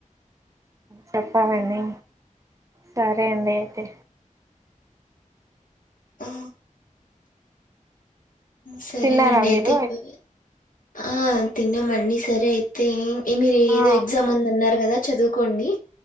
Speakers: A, on the right; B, on the left.
A: చెప్పాలండి సరే అండి అయితే
B: ఆ సరేనండి
A: తిన్నారా మీరు
B: అయితే ఇ ఆ తిన్న మండి సర అయితే మీరు
A: ఆ
B: ఏదో ఎగ్జామ్ ఉందిన్నారు కదా చదువు కోండి